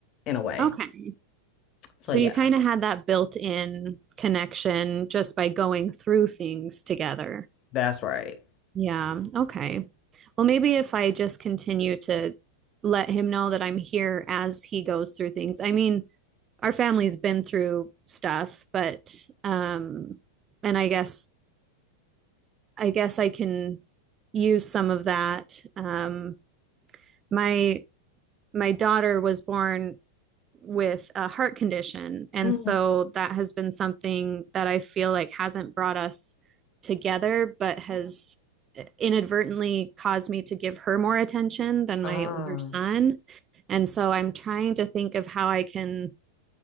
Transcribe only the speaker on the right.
Okay.
So
you kind of had that built-in connection just by going through things together.
Yeah. Okay. Well, maybe if I just continue to let him know that I'm here as he goes through things. I mean, our family's been through stuff, but um and I guess I guess I can use some of that. Um my my daughter was born with a heart condition. And
so that has been something that I feel like hasn't brought us together, but has inadvertently caused me to give her more attention than
my older son. And so I'm trying to think of how I can